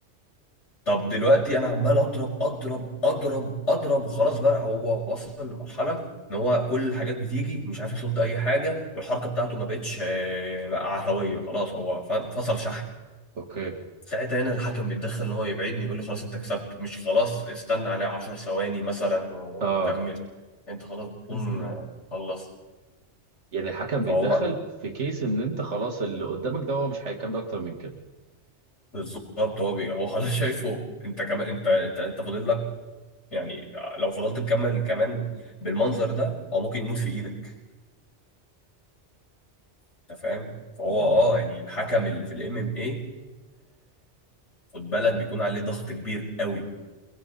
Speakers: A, on the left (about 85°); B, on the right (about 85°).
A: طب دلوقتي انا عمال اضرب اضرب اضرب اضرب وخلاص بقى هو وصل لمرحله ان هو كل الحاجات بتيجي مش عارف يصد اي حاجه والحركه بتاعته ما بقتش آه، بقى عفويه خلاص هو ف- فصل شحن
B: اوكي
A: ساعتها هنا الحكم بيتدخل ان هو يبعدني يقول لي خلاص انت كسبت مش خلاص استنى عليه 10 ثواني مثلا وكمل
B: اه
A: انت خلاص بتكون مهم. آه، خلصت
B: يعني الحكم
A: فهو
B: بيتدخل في كيس ان انت خلاص اللي قدامك ده هو مش هيكمل اكتر من كده
A: بالظبط هو بي هو خلاص شايفه انت كمان انت انت انت فاضل لك يعني لو فضلت مكمل كمان بالمنظر ده هو ممكن يموت في ايدك انت فاهم فهو
B: مم.
A: اه يعني الحكم اللي في الام ام اي خد بالك بيكون عليه ضغط كبير قوي